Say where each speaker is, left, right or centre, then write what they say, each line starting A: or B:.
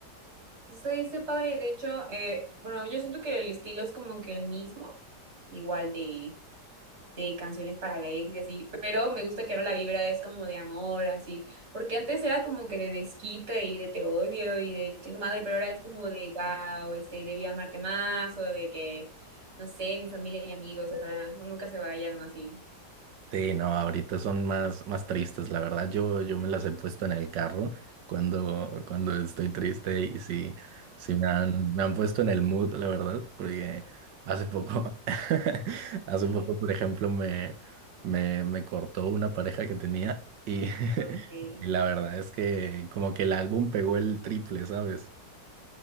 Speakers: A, on the right (about 70°); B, on the right (about 85°).
A: Estoy, está padre. De hecho, eh, bueno, yo siento que el estilo es como que el mismo. Igual de. de canciones para la ex y así, pero me gusta que ahora la vibra es como de amor, así, porque antes era como que de desquite y de te odio y de chingo madre, pero ahora es como de wow, este, debí amarte más o de que, no sé, mi familia y amigos, o sea no, nunca se vayan o así.
B: Sí, no, ahorita son más, más tristes, la verdad. Yo, yo me las he puesto en el carro cuando, cuando estoy triste y sí, sí me han, me han puesto en el mood, la verdad, porque hace poco, <laughs> hace
A: Ajá.
B: poco, por ejemplo, me, me, me cortó una pareja que tenía y, <laughs>
A: Okay.
B: y la verdad es que como que el álbum pegó el triple, ¿sabes?